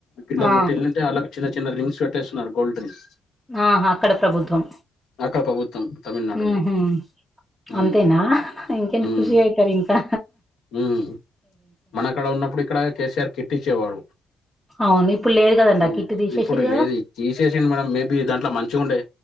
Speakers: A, on the left; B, in the centre.
A: పిల్లలు
B: ఆ!
A: పుట్టిన్లు అంటే వాలా చిన్న చిన్న రింగ్స్ పెట్టేస్తున్నారు గోల్డ్ రింగ్స్
B: ఆహా అక్కడ ప్రభుత్వం
A: అక్క ప్రభుత్వం తమిళనాడుది
B: హ్మ్ హు
A: ఉమ్
B: అంతేనా ఇంకేన్
A: ఉమ్
B: ఖుషి అయితరింకా
A: ఉమ్ మనకాడ ఉన్నప్పుడు ఇక్కడ కేసీఆర్ కిట్టిచ్చేవాడు
B: అవును ఇప్పుడు లేదు కదా ఆ
A: మ్
B: కిట్ తీసేసిర్రు
A: ఇప్పుడు లేదు తీసేసిండు మనం మేబీ దాంట్లో మంచిగుండె